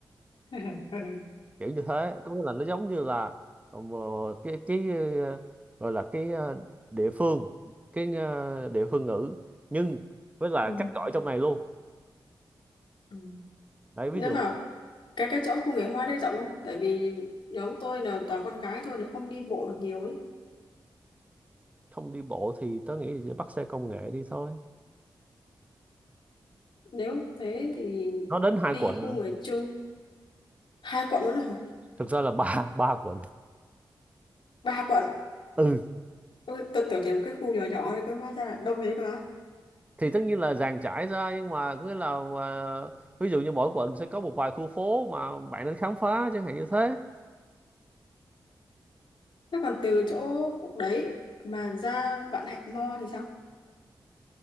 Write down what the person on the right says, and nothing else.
kiểu như thế có nghĩa là nó giống như là ờ, cái cái ờ, gọi là cái ờ, địa phương cái ờ, địa phương ngữ nhưng với là
cách gọi trong này luôn
đấy ví
dụ
không đi bộ thì tớ nghĩ là bắt xe công nghệ đi thôi
nó đến hai
quận rồi.
thực ra là ba <laughs> ba quận
ừ
thì tất nhiên là dàn trải ra nhưng mà cứ là ờ, ví dụ như mỗi quận sẽ có một vài khu phố mà bạn nên khám phá chẳng hạn như thế